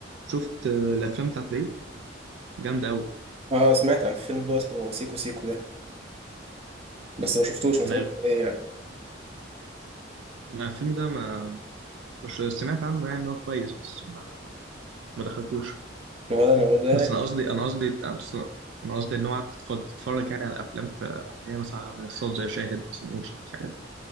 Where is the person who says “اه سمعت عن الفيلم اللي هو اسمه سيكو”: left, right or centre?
Right